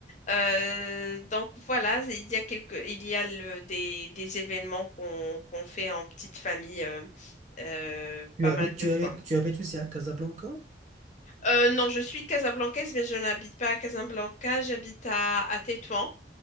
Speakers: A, on the left; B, on the right.
A: Euh, donc voilà, il y a quelques, il y a le- des, des événements qu'on qu'on fait en petite famille euh, euh,
B: tu
A: pas
B: habites
A: mal de
B: tu
A: fois.
B: habites tu habites aussi à Casablanca?
A: Euh, non, je suis casablancaise, mais je n'habite pas à Casablanca, j'habite à, à Tétouan.